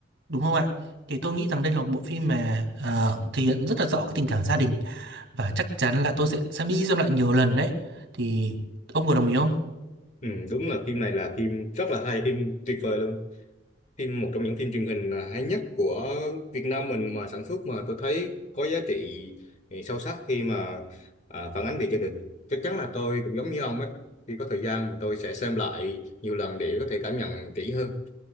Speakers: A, on the right (about 70°); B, on the left (about 40°).
A: đúng không ạ thì tôi nghĩ rằng đây là một bộ phim mà ờ, thể hiện rất là rõ cái tình cảm gia đình và chắc chắn là tôi sẽ xem đi xem lại nhiều lần đấy thì ông có đồng ý không
B: ừ, đúng là phim này là phim rất là hay phim tuyệt vời luôn phim một trong những phim truyền hình à, hay nhất của Việt Nam mình mà sản xuất mà tôi thấy có giá trị ừ, sâu sắc khi mà à, phản ánh về gia đình chắc chắn là tôi cũng giống như ông ấy khi có thời gian mà tôi sẽ xem lại nhiều lần để có thể cảm nhận kỹ hơn